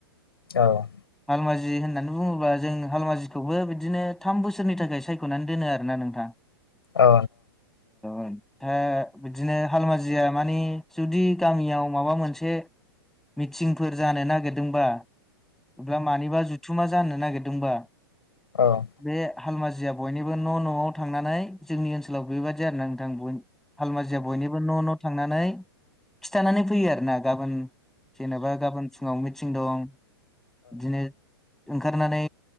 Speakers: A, on the left; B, in the centre.
A: औ
B: हालमाजि होननानै बुङोब्ला जों हालमाजिखौबो बिदिनो थाम बोसोरनि थाखाय सायख'नानै दोनो आरोोना नोंथां
A: औ
B: औथा बिदिनो हालमाजिया मानि जुदि गामियाव माबा मोनसे मिटिंफोर जानो नागिरदों बा अब्ला मानिबा जुथुमा जानो नागिरदोंबा
A: औ
B: बे हालमाजिया बयनिबो न' न'आव थांनानै जोंनि ओनसोलाव बेबायाददि आरो ना नोंथां ब हलमाजिया बयनिबो न' न' थांनानै खिथानानै फैयो आरो ना गाबोन जेनेबा गाबोन फुङाव मिटिं दं बिदिनो ओंखारनानै